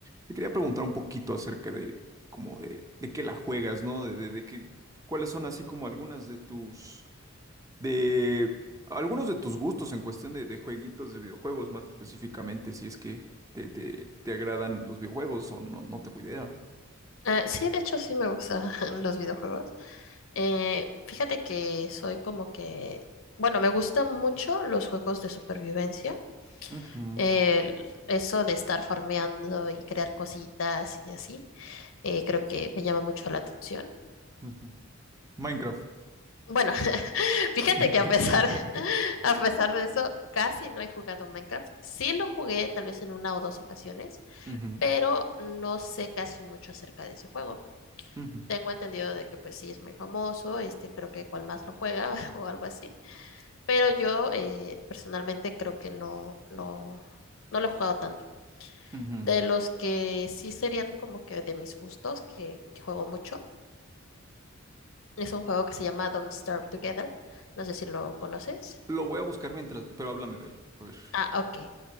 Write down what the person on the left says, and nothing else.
Ah, sí, de hecho sí me gustan <laughs> los videojuegos. Eh, fíjate que soy como que, bueno, me gustan mucho los juegos de supervivencia.
El- eso de estar farmeando y crear cositas y así, eh, creo que me llama mucho la atención.
Bueno, <laughs> fíjate
que a pesar, <laughs> a pesar de eso, casi no he jugado Minecraft. Sí lo jugué tal vez en una o dos ocasiones,
pero no sé casi mucho acerca de ese juego.
Tengo entendido de que pues sí es muy famoso, este creo que cual más lo juega <laughs> o algo así, pero yo eh, personalmente creo que no, no, no lo he jugado tanto.
De los que sí serían como que de mis gustos, que, que juego mucho, es un juego que se llama Don't Starve Together, no sé si lo conoces.
Ah, ok.